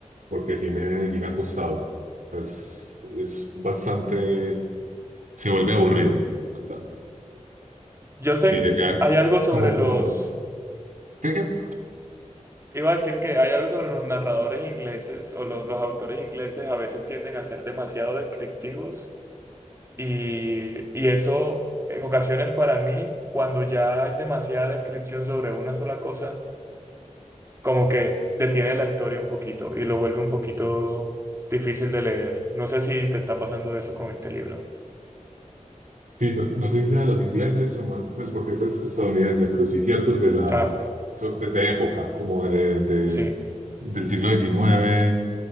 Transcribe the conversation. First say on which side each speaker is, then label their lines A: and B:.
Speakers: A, on the right; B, on the right.
A: porque sí me, sí me ha costado. Entonces, es bastante, se vuelve aburrido. ¿verdad?
B: Yo tengo,
A: Sí, llega
B: hay algo sobre
A: como
B: los...
A: por, creo que,
B: Iba a decir que hay algo sobre los narradores ingleses o lo- los autores ingleses a veces tienden a ser demasiado descriptivos y, y eso en ocasiones para mí, cuando ya hay demasiada descripción sobre una sola cosa, como que detiene la historia un poquito y lo vuelve un poquito difícil de leer. No sé si te está pasando eso con este libro.
A: sí, to- no sé si sea los ingleses o más, pues porque este es estadounidense, pero sí ciertos de la,
B: Ah,
A: so- de, de época, como de, de-
B: sí.
A: del siglo diecinueve